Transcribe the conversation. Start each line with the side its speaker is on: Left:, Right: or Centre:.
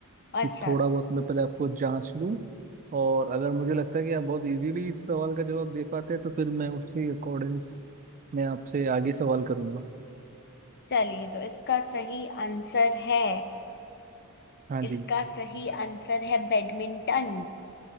Left: अच्छा
Right: कि थोड़ा बहुत मैं पहले आपको जांच लूं और अगर मुझे लगता है कि आप बहुत इजीली इस सवाल का जवाब दे पाते हैं तो फिर मैं उसी अकॉर्डिंग मैं आपसे आगे सवाल करूंगा
Left: चलिए तो इसका सही आंसर है
Right: हाँ
Left: इसका
Right: जी
Left: सही आंसर है बैडमिंटन